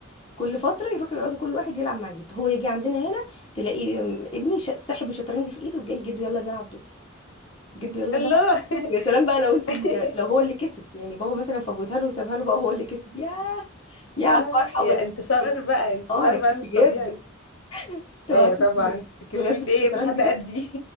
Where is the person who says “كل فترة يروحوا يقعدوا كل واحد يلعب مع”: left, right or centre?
Left